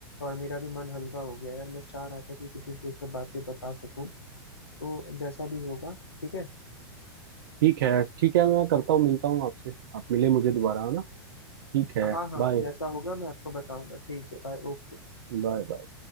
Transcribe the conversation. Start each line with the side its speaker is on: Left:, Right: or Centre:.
Left: और मेरा भी मन हल्का हो गया यार मैं चाह रहा था कि किसी से सब बातें बता सकूं तो जैसा भी होगा ठीक है
Right: ठीक है ठीक है मैं करता हूँ मिलता हूँ आपसे आप मिले मुझे दोबारा है ना ठीक है
Left: हाँ हाँ
Right: Bye
Left: जैसा होगा मैं आपको बताऊंगा ठीक है बाय ओके
Right: bye bye